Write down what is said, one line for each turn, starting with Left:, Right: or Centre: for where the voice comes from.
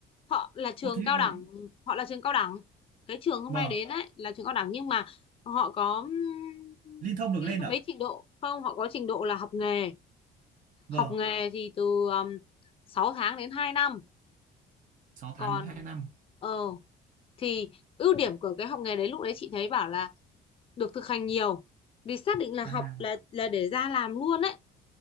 Left: họ là trường
Right: ô thế
Left: cao
Right: cô
Left: đẳng họ là trường cao đẳng cái trường hôm
Right: vâng
Left: nay đến ấy là trường cao đẳng nhưng mà họ có ừm,
Right: liên thông được
Left: cái
Right: lên à
Left: mấy trình độ không họ có trình độ là học nghề
Right: vâng
Left: học nghề thì từ um, 6 tháng đến hai năm
Right: sáu
Left: còn
Right: tháng đến hai năm
Left: ờ thì ưu điểm của cái học nghề đấy lúc đấy chị thấy bảo là được thực hành nhiều vì xác định là
Right: à
Left: học là là để ra làm luôn đấy